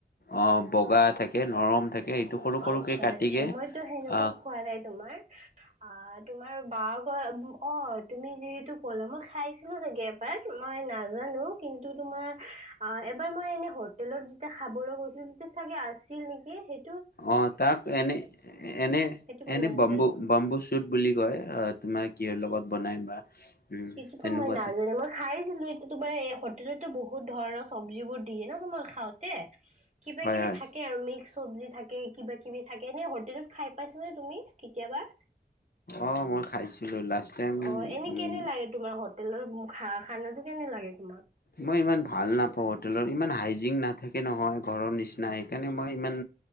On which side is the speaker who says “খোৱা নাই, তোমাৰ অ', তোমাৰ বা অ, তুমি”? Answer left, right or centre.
Right